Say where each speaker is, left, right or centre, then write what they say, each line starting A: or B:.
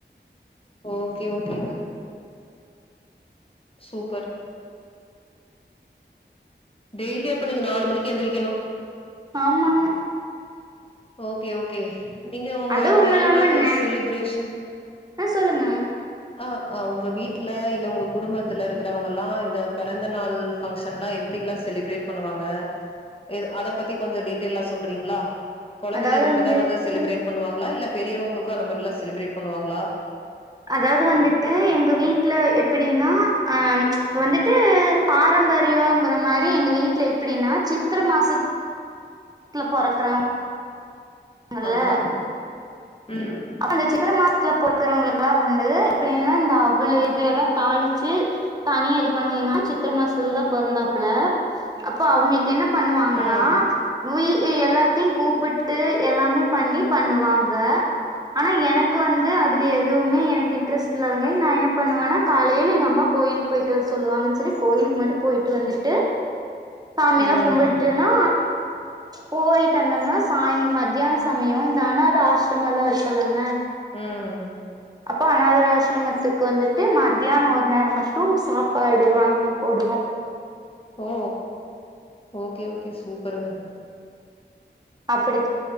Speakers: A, on the left; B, on the right.
A: ஓகே ஓகேங்க சூப்பர் டெய்லி அப்ப நீங்க நாலு மணிக்கு எந்திரிக்கணு
B: ஆமாங்க
A: ஓகே ஓகே நீங்க உங்க
B: அதுவும்
A: பொறந்த
B: இல்லாம
A: நாள்
B: நே
A: செலிப்ரேஷன்
B: ஆ சொல்லுங்க
A: அ அ உங்க வீட்ல இல்ல உங்க குடும்பத்துல இருக்கறவங்கல்லா இந்த பிறந்த நாள் பங்க்ஷன்லா எப்டில்லா செலிப்ரேட் பண்ணுவாங்க இது அதப்பத்தி கொஞ்சோ டீட்டைல்லா சொல்றீங்களா கொழந்தைளுக்கு
B: அதாவது
A: மட்டுந்தா
B: வந்துட்டு
A: வந்து செலிப்ரேட் பண்ணுவாங்களா இல்ல பெரியவங்க ளுக்கு அந்த மாரில்லா செலிப்ரேட் பண்ணுவாங்களா
B: அதாவ்து வந்துட்டு எங்க வீட்ல எப்பிடின்னா அ இப்ப வந்துட்டு பாரம்பரியொங்குற மாரி எங்க வீட்ல எப்டின்னா சித்ர மாசத் துல பொறக்கறாங் கல்ல
A: ஆமா ம்
B: அந்த சித்ர மா த்ல பொறக்குறவங்களுக்குல்லா வந்து எப்டின்னா இந்த அவுளு இது எல்லா தாளிச்சி தனியா இது பண்ணுவாங்கன்னா சித்ர மாசத்ல தா பொறந்தாப்புல அப்ப அவுங்களுக்கு என்ன பண்ணுவாங்கன்னா
A: ம்
B: வீ யு எல்லாத்தையு கூப்புட்டு எல்லாமே பண்ணி பண்ணுவாங் க ஆனா எனக் கு வந்து அதுல எதுவுமே எனக் கு இன்ட்ரெஸ்ட் இல்லாதங்கா நா என்ன பண்ணுவன்னா காலையில எங்க அம்மா கோயிலுக்கு போயிட்டு வர சொல்லுவாங்கன் சொல்லி கோயிலுக்கு மட்டு போயிட்டு வந்துட்டு சாமியெல்லா
A: ம்
B: கும்புட்டன்னா
A: ம்
B: போயிட் டு வந்தன்னா சாய் மத்தியானொ சமயோ இந்த அனாத ஆஸ் ரமொல்லா இருக்குல்லங்
A: உம்
B: ப்ப அனாத்ர ஆஷ்ரமத்துக்கு வந்துட்டு மத்தியானொ ஒரு நேரொ மட்டு சாப்பாடு வாங்கி போடுவோ
A: ஓ ஓகே ஓகே சூப்பருங்க
B: அப்டி